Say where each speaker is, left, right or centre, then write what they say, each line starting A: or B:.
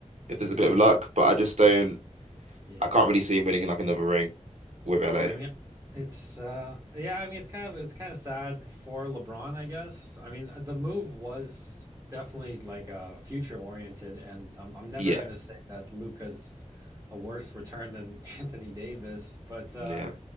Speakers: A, on the right; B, on the right.
A: if
B: Mm.
A: there's a bit of luck, but I just don't
B: Yeah.
A: I can't really see him winning like another ring with LA.
B: I mean, it's uh yeah, I mean it's kind of it's kind of sad for LeBron, I guess. I mean, uh, the move was definitely like uh future oriented and I'm I'm never
A: Yeah,
B: gonna say that Luca's a worse return than <laughs> Anthony Davis, but uh
A: yeah,